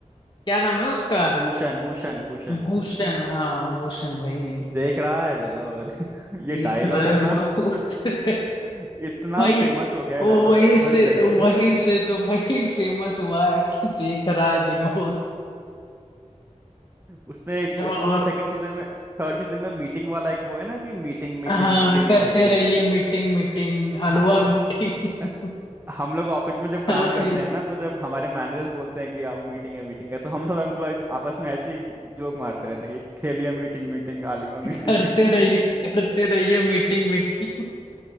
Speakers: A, on the left; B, on the right.
A: क्या नाम है उसका
B: भूषण भूषण भूषण
A: भूषण हाँ भूषण भाई
B: देख रहा है विनोद <laughs> ये
A: देख
B: डायलॉग
A: रहा
B: इतना
A: है विनोद <laughs>
B: <laughs> इतना
A: भाई
B: फेमस हो गया
A: वो
B: डायलॉग
A: वहीं से
B: हर जगह
A: तो वहीं से तो भाई फेमस हुआ है कि देख रहा है विनोद
B: उसमें एक,
A: और
B: एक वो सेकंड सीजन में थर्ड सीजन में मीटिंग वाला एक वो है ना कि मीटिंग मीटिंग
A: हाँ
B: खेलिए
A: करते
B: मीटिंग
A: रहिए
B: मीटिंग
A: मीटिंग मीटिंग हलवा
B: हाँ
A: मीटिंग
B: अ, हम लोग ऑफिस में जब
A: काफी
B: काम करते हैं ना तो जब हमारे मैनेजर्स बोलते हैं कि आओ मीटिंग है मीटिंग है तो हम सब एम्प्लॉयज आपस में ऐसे जोक मारते रहते हैं कि खेलिए मीटिंग मीटिंग आलूआ मीटिंग
A: करते
B: मीटिंग
A: रहिए करते रहिए मीटिंग मीटिंग